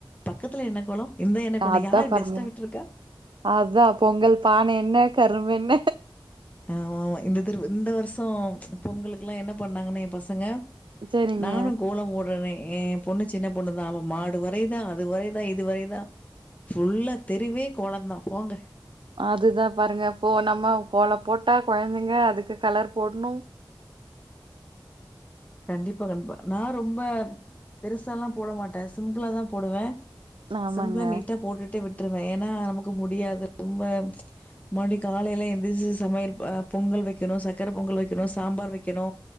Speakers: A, on the left; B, on the right.
A: பக்கத்துல என்ன கோலோ இந்த என்ன கோலோ
B: அ அதா
A: யார்
B: <unintelligible>
A: பெஸ்ட்டா விட்டுருக்கா
B: அதா பொங்கல் பானை என்ன கரும்பென்ன
A: ஆமாமா இந்த தடவ இந்த வருஷோ பொங்கலுக்கெல்லா என்ன பண்ணாங்கன்னா எ பசங்க
B: சரிங்க.
A: நானு கோலோ போட்றனே ஏ பொண்ணு சின்ன பொண்ணு தா அவ மாடு வரைதா அது வரைதா இது வரைதா ஃபுல்லா தெருவே கோலந்தா போங்க
B: அதுதா பாருங்க இப்போ நம்ம கோல போட்டா கொழந்தைங்க அதுக்கு கலர் போட்ணு
A: கண்டிப்பா <unintelligible> நா ரொம்ப பெருசால்லா போட மாட்டே சிம்பிளாதா போடுவே
B: ஆமாங்க.
A: சிம்பிளா நீட்டா போட்டுட்டே விட் ருவே ஏன்னா நமக்கு முடியாது ரொம்ப <unintelligible> காலைல எந்திருச்சு சமையல் அ, பொங்கல் வெக்கணு, சக்கர பொங்கல் வெக்கணு, சாம்பார் வெக்கணு